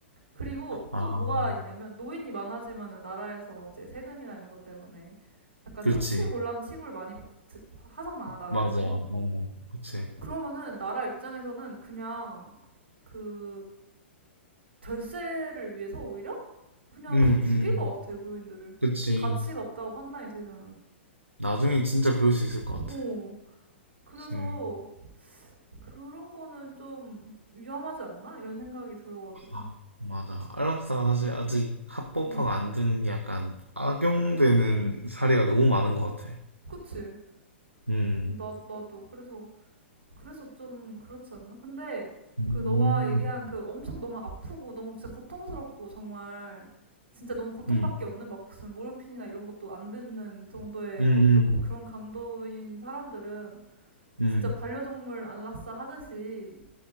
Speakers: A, on the right (about 70°); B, on the right (about 85°).
A: 그리고
B: 아,
A: 또 뭐가 있냐면 노인이 많아지면은 나라에서 이제 세금이나 이런 것 때문에 약간
B: 그렇지.
A: 처치곤란 취급을 많이 받- 하잖아 나라에서
B: 맞아. 어, 그치.
A: 그러면은 나라 입장에서는 그냥 그 절세를 위해서 오히려 그냥
B: 음, 음.
A: 죽일 것 같아요 노인들을 그렇게
B: 그치.
A: 가치가 없다고 판단이 되면은
B: 나중에 진짜 그럴 수 있을
A: 어
B: 것 같아.
A: 그래서
B: 음,
A: 그런 거는 좀 위험하지 않나 이런 생각이 들어가지고
B: 아, 맞아. 안락사가 사실 아직 합법화가
A: 음
B: 안 되는 게 약간 악용되는 사례가 너무 많은 것 같아.
A: 그치
B: 음,
A: 나 나도 그래서 그래서 좀 그렇지 않나? 근데
B: 음,
A: 그 너가 얘기한 그 엄청 너무 아프고 너무 진짜 고통스럽고 정말 진짜 너무 고통밖에
B: 음,
A: 없는 막 무슨 모르핀이나 이런 것도 안 듣는 정도의
B: 음, 음,
A: 그런 강도인 사람들은
B: 음,
A: 진짜 반려동물 안락사 하듯이